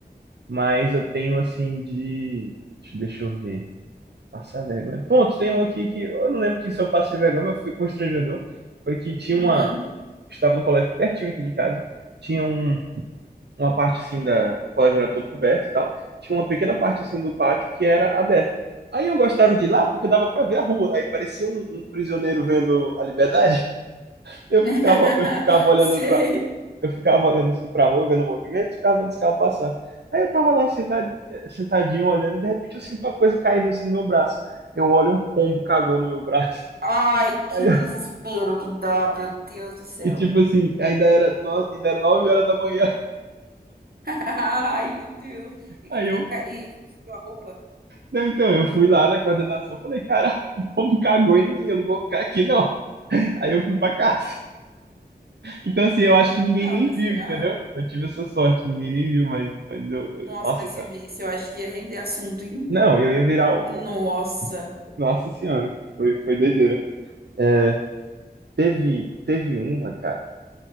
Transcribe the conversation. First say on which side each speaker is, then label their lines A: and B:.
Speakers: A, on the right; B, on the right.
A: mas eu tenho assim de. Deixa deixa eu ver. Passar vergonha. Ponto, tem um aqui que eu não lembro que se eu passei vergonha, mas foi constrangedor. Foi que tinha
B: uhum.
A: uma estudava no colégio pertinho aqui de casa. Tinha um, uma parte assim da. O colégio era todo coberto e tal. Tinha uma pequena parte assim do pátio que era aberta. Aí eu gostava de ir lá porque dava para ver a rua. Aí parecia um, um prisioneiro vendo a liberdade. <laughs> Eu
B: <laughs>
A: ficava, eu ficava olhando
B: Sei.
A: para eu ficava olhando assim pra rua, vendo o movimento, ficava vendo os carros passar. Aí eu tava lá sentad... sentadinho olhando, e de repente eu sinto uma coisa caindo assim no meu braço. Eu olho, um pombo cagou no meu braço.
B: Ai,
A: <laughs>
B: que
A: Aí eu-
B: desespero que dá, meu Deus do céu.
A: E tipo assim, ainda era, no... ainda era nove horas da manhã.
B: Ai, meu Deus. E,
A: Aí
B: que-
A: eu
B: e, ca- e sujou a roupa?
A: Não, então, eu fui lá da coordenação, falei, cara, <laughs> o povo cagou em mim, eu não vou ficar aqui, não. Aí eu fui pra casa. Então, assim, eu acho que ninguém
B: Não,
A: nem
B: mas
A: viu,
B: real.
A: entendeu? Eu tive essa sorte, ninguém nem viu, mas, mas eu,
B: Nossa,
A: nossa
B: mas
A: senhora.
B: se visse, eu acho que ia render assunto, hein?
A: Não, eu ia virar
B: Nossa.
A: o, nossa senhora, foi, foi doideira. É, teve, teve uma, cara.